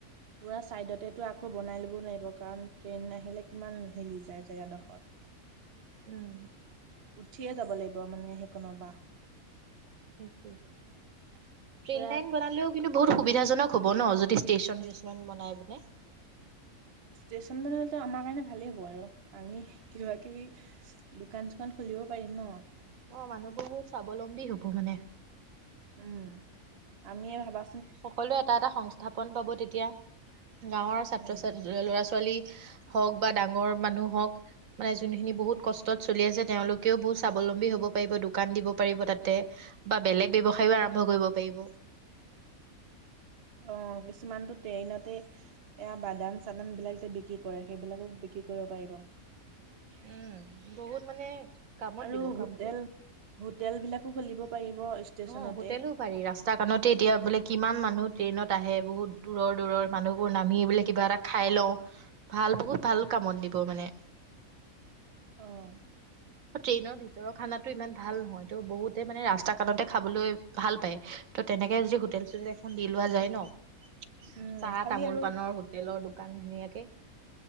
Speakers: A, on the right (about 50°); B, on the right (about 70°).
A: পুৰা চাইডতেতো আকৌ বনাই ল'বও নোৱাৰিব কাৰণ ট্ৰেইন আহিলে কিমান হেলি যায় জেগাডখৰ।
B: উম
A: উঠিয়ে যাব লাগিব মানে স কোনবা
B: সেইে ট্ৰেইন
A: পুৰা
B: লাইন বনালেও কিন্তু বহুত সো সুবিধাজনক হ'ব ন, যদি ষ্টেচন চন বনাই দিলে
A: ষ্টেচন বনালেতো আমাৰ কাৰণে ভালেই হ'ব আৰু, আমি কিবা কিবি দোকান চোকান খুলিব পাৰিম ন।
B: অ মানুহবোৰ বহুত স্বাৱলম্বী হব মানে
A: উম, আমিয়ে ভাবা
B: সকলোৱে এটা এটা সংস্থাপন পাব তেতিয়া গাঁৱৰ ছাত্ৰ
A: উম
B: ছাত ল-ল'ৰা ছোৱালী ছোৱালী হওক বা ডাঙৰ মানুহ হওক মানে যোনখিনি বহুত কষ্টত চলি আছে তেওঁলোকেও বহুত স্বাৱলম্বী হব পাৰিব, দোকান দিব পাৰিব তাতে বা বেলেগ ব্যবসায় আৰম্ভ কৰিব পাৰিব।
A: অ কিছুমানতটো ট্ৰেইনতে এয়া বাদাম চাদাম বিলাক যে বিক্ৰী কৰে, সেইবিলাকো বিক্ৰী কৰিব পাৰিব।
B: উম, বহুত মানে কামত
A: আৰু
B: দিব
A: হোটেল,
B: কামটো
A: হোটেল বিলাকো খুলিব পাৰিব ষ্টেচনতে।
B: অঁ হোটেলো পাৰি ৰাস্তা কনতে এতিয়া বোলে কি ইমান মানুহ ট্ৰেইনত আহে বহুত দূৰৰ দূৰৰ মানুহবোৰ নামি এই বোলে কিবা এটা খাই লওঁ। ভাল, বহুত ভাল কামত দিব মানে।
A: অঁ
B: ট্ৰেইনৰ ভিতৰৰ খানাতো ইমান ভাল নহয় তো বহুতে মানে ৰাস্তা দোকানতে খাবলৈ ভাল পায় ত', তেনেকে যদি হোটেল চোটেল এখন দি লোৱা যায় ন।
A: উম
B: চাহ
A: খালি
B: তামোল
A: আৰু
B: পাণৰ হোটেলৰ দোকান। কাৰ হুি আক <unintelligible> <inaudible>